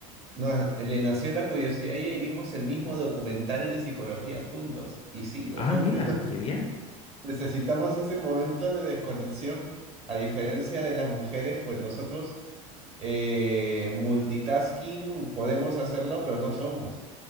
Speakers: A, on the right (about 35°); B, on the left (about 35°).
A: no, le nació la curiosidad y ahí vimos el mismo documental de psicología juntos. Y sí, los
B: Ah,
A: hombres
B: mira,
A: no- <laughs>
B: qué bien.
A: necesitamos ese momento de desconexión. A diferencia de las mujeres, pues nosotros eh, multitasking podemos hacerlo, pero no somos.